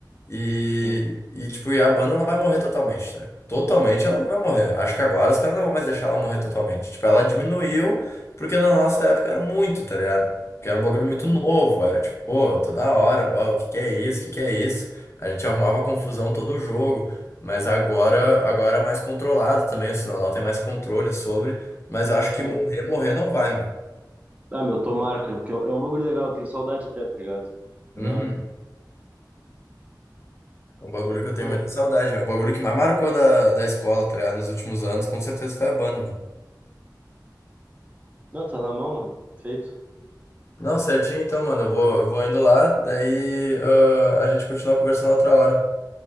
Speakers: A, on the left; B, on the right.
A: E,
B: Sim.
A: e, tipo, e a banda não vai morrer totalmente, tá? Totalmente ela não vai morrer. Acho que agora os caras não vão mais deixar ela morrer totalmente. Tipo, ela diminuiu porque na nossa época era muito, tá ligado? Porque era um bagulho muito
B: É.
A: novo, era tipo, pô, toda hora, ó, o que que é isso, o que que é isso? A gente arrumava confusão todo o jogo, mas agora, agora é mais controlado também, o Sinodal tem mais controle sobre, mas eu acho que
B: É.
A: morrer, morrer não vai, mano.
B: Ah, meu, tomara, cara, porque é um é um bagulho legal, eu tenho saudade até, tá ligado?
A: Uhum.
B: É da hora.
A: É um bagulho que eu tenho
B: Pô,
A: muita saudade, mano. O bagulho que mais marcou da, da escola, tá ligado? Nos últimos anos, com certeza foi a banda, mano.
B: não, tá na mão, mano. Feito.
A: Não, certinho então, mano. Eu vou, eu vou indo lá, daí ah, a gente continua conversando outra hora.